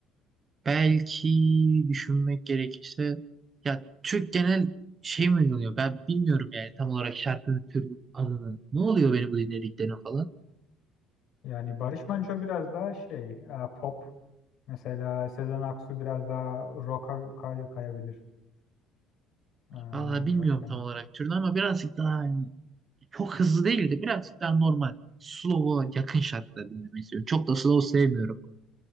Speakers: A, on the right; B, on the left.
A: belki düşünmek gerekirse ya Türk genel şey mi oluyor? Ben bilmiyorum yani tam olarak şarkı türünün adını. Ne oluyor benim bu dinlediklerine falan.
B: Yani Barış Manço biraz daha şey, e, pop. Mesela Sezen Aksu biraz daha rock'a kay- kayabilir. Ee,
A: Valla bilmiyorum
B: Başka
A: tam
B: ne? var?
A: olarak türünü ama birazcık daha hani çok hızlı değil de birazcık daha normal. Slow'a yakın şarkılar dinlemeyi seviyorum. Çok da slow sevmiyorum.